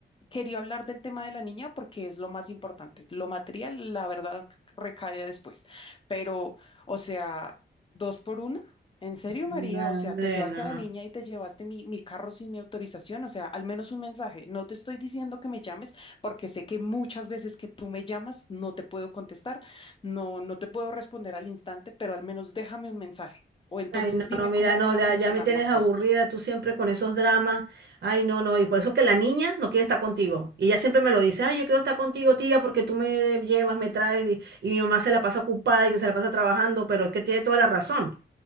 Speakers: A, on the left (about 30°); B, on the right (about 75°).
A: Quería hablar del tema de la niña porque es lo más importante. Lo material, la verdad, recae después. Pero, o sea, dos por una. ¿En serio,
B: Nada,
A: María? O sea, te llevaste a la niña y te llevaste mi, mi carro sin mi autorización. O sea, al menos un mensaje. No te estoy diciendo que me llames porque sé que muchas veces que tú me llamas no te puedo contestar, no, no te puedo responder al instante, pero al menos déjame un mensaje. O entonces
B: Ay, no,
A: dime
B: no, mira,
A: cómo
B: no,
A: van
B: ya,
A: a funcionar
B: ya me tienes
A: las
B: aburrida
A: cosas.
B: tú siempre con esos dramas. Ay, no, no, y por eso que la niña no quiere estar contigo. Y ella siempre me lo dice, ay, yo quiero estar contigo, tía, porque tú me llevas, me traes, y, y mi mamá se la pasa ocupada y que se la pasa trabajando, pero es que tiene toda la razón.